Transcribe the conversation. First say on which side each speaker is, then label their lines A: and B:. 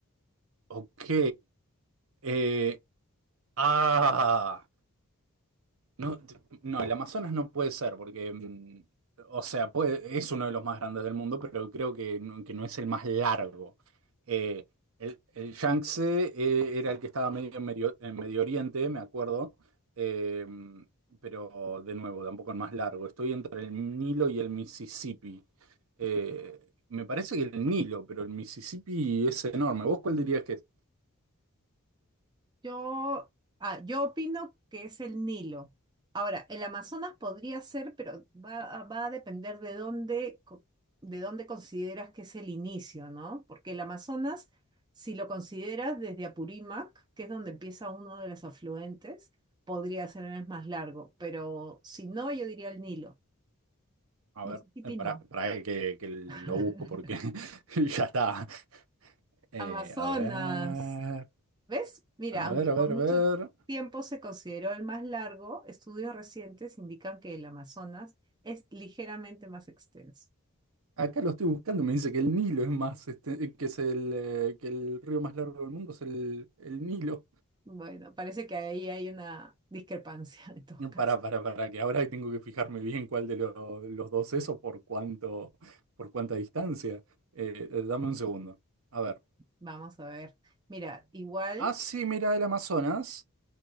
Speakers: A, on the right; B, on the right.
A: ok. Eh, ah. No, t- no, el Amazonas no puede ser, porque, mm, o sea, puede- es uno de los más grandes del mundo, pero creo que no, que no es el más largo. Eh, el, el Yangtze, eh, era el que estaba medio en Medio, en Medio Oriente, me acuerdo, eh, pero de nuevo, tampoco el más largo. Estoy entre el Nilo y el Mississippi. Eh, me parece que el Nilo, pero el Mississippi es enorme. ¿Vos cuál dirías que es?
B: Yo, ah, yo opino que es el Nilo. Ahora, el Amazonas podría ser, pero va, a- va a depender de dónde, co- de dónde consideras que es el inicio, ¿no? Porque el Amazonas, si lo consideras desde Apurímac, que es donde empieza uno de los afluentes, podría ser el más largo, pero si no, yo diría el Nilo.
A: A
B: Mississippi
A: ver, eh, para,
B: no.
A: para que, que lo
B: <laughs>
A: busco porque <laughs> ya está. Eh,
B: Amazonas.
A: a ver,
B: ¿Ves? Mira,
A: a
B: aunque
A: ver,
B: por
A: a ver,
B: mucho
A: a ver.
B: tiempo se consideró el más largo, estudios recientes indican que el Amazonas es ligeramente más extenso.
A: Acá lo estoy buscando, me dice que el Nilo es más, este, que es el, eh, que el río más largo del mundo es el, el Nilo.
B: Bueno, parece que ahí hay una discrepancia <laughs> en todo
A: No,
B: caso.
A: Para, para, para, que ahora tengo que fijarme bien cuál de lo- los dos es o por cuánto, por cuánta distancia. Eh, eh, dame un segundo. A ver.
B: Vamos a ver. Mira, igual
A: Ah, sí, mira, el Amazonas.